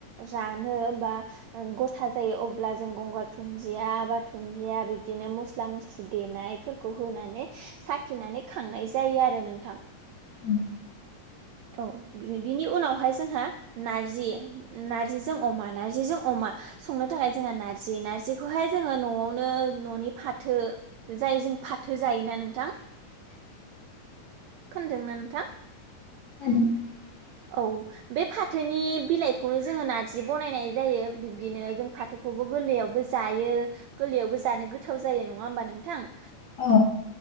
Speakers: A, on the right; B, on the left.
A: रानो बा ओ गथा जायो अब्ला जों गंगार दुनदिया बा दुनदिया बिबदिनो मस्ला मस्लि दे नायफोरखौ होनानै साखिनानै खांनाय जायो आरो नोंथां।
B: उम
A: औ बि-बिनि उनावहाय जोंहा नारजि नारजिजों अमा नारजिजों अमा संनो थाखाय जोंहा नारजि नारजिखौहाय जोङो न'आवनो न'नि फाथो जाय जों फाथो जायोना नोंथां।
B: <inaudible>
A: खोनदोंना नोंथां?
B: <inaudible>
A: औ बे फाथोनि बिलाइखौनो जोङो नारजि बनायनाय जायो। बिब्दिनो जों फाथोखौ खौबो गोरलैयावबो जायो। गोरलैयावबो जानो गोथाव जायो नङा होमबा नोंथां?
B: औ